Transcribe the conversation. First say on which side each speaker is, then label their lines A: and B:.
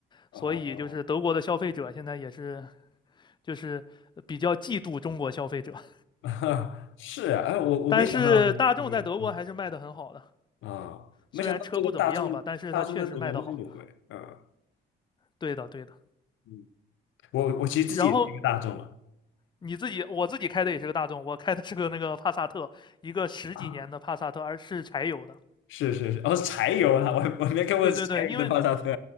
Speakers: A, on the left; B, on the left.
A: 哦，
B: 所以就是德国的消费者现在也是。就是呃比较嫉妒中国消费者。<laughs>
A: <laughs> 是啊，哎，我我没想到这个，
B: 但是大众在德国还是卖的很好的，
A: 嗯啊，没想到这个大众大众在德国卖那么贵，
B: 虽然车不怎么样吧，但是它确实卖的好。
A: 嗯
B: 对的，对的。
A: 嗯，我我其实自己也是一个大众嘛，
B: 然后你自己，我自己开的也是个大众，我开的是个那个帕萨特，一个十几年的帕萨特，
A: 啊，
B: 而是柴油的。
A: 是是是，哦，柴油啊，我我没看过柴油的帕萨特，
B: 对对对，因为